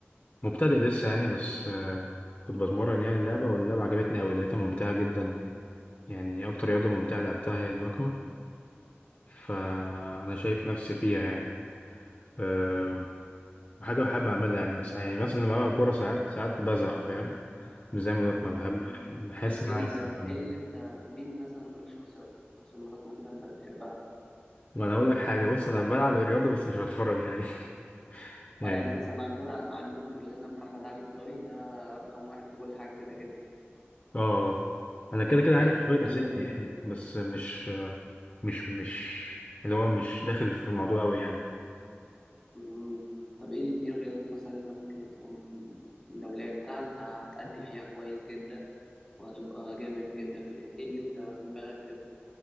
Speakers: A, on the left (about 30°); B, in the centre.
A: مبتدئ لسه يعني بس آه، كنت بتمرن يعني اللعبة واللعبة عجبتني أوي لقيتها ممتعة جدا يعني أكتر رياضة ممتعة لعبتها هي الملاكمة فأنا شايف نفسي فيها يعني أه وحاجة بحب أعملها يعني ساع- يعني مثلا لما بلعب كورة ساعات ساعات بزهق فاهم مش زي الملاكمة بحب
B: مم.
A: بحس
B: طب
A: إن
B: ايه
A: أنا
B: ال-
A: عايز أكمل
B: إيه اللي انت مين مثلا قول لي شخصيات في الملاكمة كده انت بتحبها
A: ما أنا أقول لك حاجة بص أنا بلعب الرياضة بس مش بتفرج يعني <laughs> يعني
B: اه يعني مثلا عندنا عندنا كلنا محمد علي كلاي ده رقم واحد في كل حاجة كده كده
A: آه آه. أنا كده كده عارف
B: يعني
A: شوية
B: يعني
A: أسامي
B: ده بال...
A: يعني بس مش مش مش اللي هو مش داخل في الموضوع أوي يعني
B: مم. طب ايه ال- ايه الرياضات مثلا اللي انت ممكن تكون لو لعبتها انت هتأدي فيها كويس جدا وهتبقى جامد جدا فيها ايه اللي انت في دماغك كده